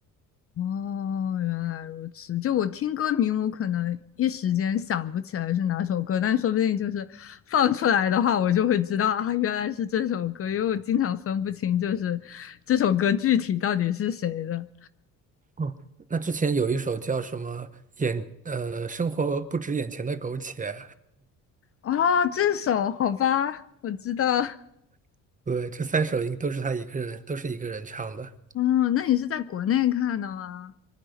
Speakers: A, on the left (about 40°); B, on the right (about 25°).
A: 哦，原来如此。就我听歌名，我可能一时间想不起来是哪首歌，但说不定就是放出来的话，我就会知道啊，原来是这首歌，因为我经常分不清就是这首歌具体到底是谁的。
B: 哦，那之前有一首叫什么眼呃生活不止眼前的苟且，
A: 哦，这首，好吧，我知道。
B: <laughs> 对，这三首应都是他一个人，都是一个人唱的。
A: 嗯，那你是在国内看的吗？